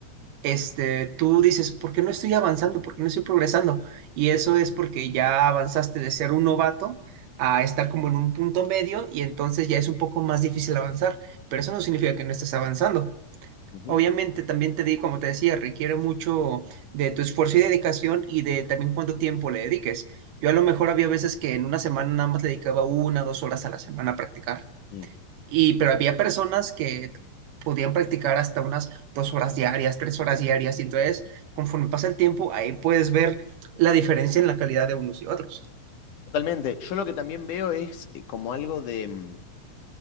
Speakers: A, on the right; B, on the left.
A: este, tú dices, ¿por qué no estoy avanzando? ¿Por qué no estoy progresando? Y eso es porque ya avanzaste de ser un novato a estar como en un punto medio y entonces ya es un poco más difícil avanzar, pero eso no significa que no estés avanzando.
B: Ujú.
A: Obviamente también te di, como te decía, requiere mucho de tu esfuerzo y dedicación y de también cuánto tiempo le dediques. Yo a lo mejor había veces que en una semana nada más le dedicaba una, dos horas a la semana a practicar.
B: Mm.
A: Y, pero había personas que podían practicar hasta unas dos horas diarias, tres horas diarias. Y entonces, conforme pasa el tiempo, ahí puedes ver la diferencia en la calidad de unos y otros.
B: Totalmente. Yo lo que también veo es eh, como algo de... mm,